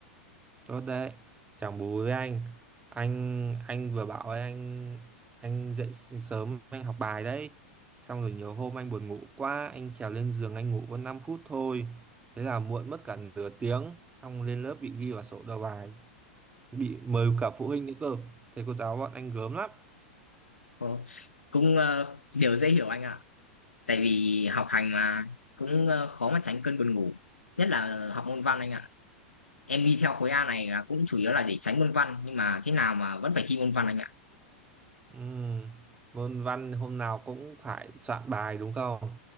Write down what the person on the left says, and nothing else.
Ồ, cũng ờ, điều dễ hiểu anh ạ tại vì học hành mà cũng ờ, khó mà tránh cơn buồn ngủ nhất là học môn văn anh ạ em đi theo khối A này là cũng chủ yếu là để tránh môn văn nhưng mà thế nào mà vẫn phải thi môn văn anh ạ